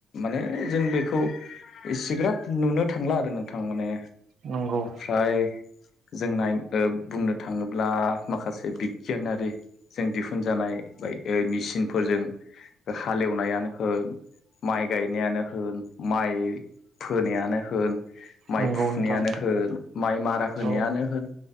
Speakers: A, on the left; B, on the right.
A: माने जों बेखौ इसेग्राब नुनो थांला आरो नोंथां माने
B: नंगौ
A: फ्राय जोंनाय बुंनो थाङोब्ला माखासे बिगियानारि जों दिहुनजानाय बाय मेसिनफोरजों हालेवनायानो होन माइ गायनायानो होन माइ फोनायानो होन माइ
B: नंगौ
A: फुनायानो
B: नोंथां
A: होन माइ मारा होनायानो
B: औ
A: होन